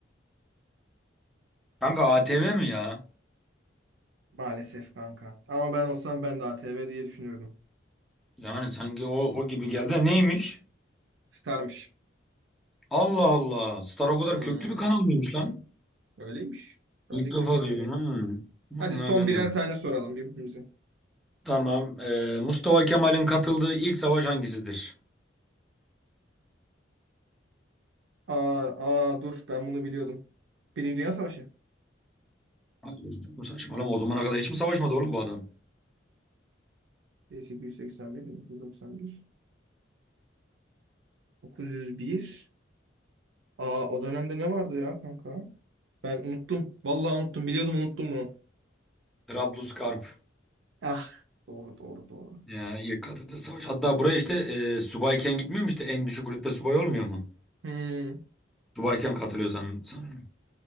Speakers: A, in the centre; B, on the right.
A: Kanka ATV mi ya?
B: Maalesef kanka. Ama ben olsam ben de ATV diye düşünürdüm.
A: Yani sanki o, o gibi geldi. de Neymiş?
B: Star'mış.
A: Allah Allah. Star o kadar
B: Hmm,
A: köklü bir kanal mıymış lan?
B: öyleymiş. Ben
A: İlk
B: de ilk
A: defa
B: defa
A: duyuyorum
B: öğreniyorum.
A: ha. Vallahi
B: Hadi son
A: ben
B: birer
A: de.
B: tane soralım birbirimize.
A: Tamam. Ee, Mustafa Kemal'in katıldığı ilk savaş hangisidir?
B: Aa, aa dur ben bunu biliyordum. Birinci Dünya Savaşı.
A: Hayır canım saçmalama. O zamana kadar hiç mi savaşmadı oğlum bu adam?
B: 1881-1991. 901. Aa o dönemde ne vardı ya kanka? Ben unuttum. Vallahi unuttum. Biliyordum unuttum bunu.
A: Trablusgarp.
B: Ah doğru doğru doğru.
A: Ya ilk katıldığı savaş. Hatta buraya işte e, subayken gitmiyor mu işte? En düşük rütbe subay olmuyor mu?
B: Hmm.
A: Subayken katılıyor san- sanırım.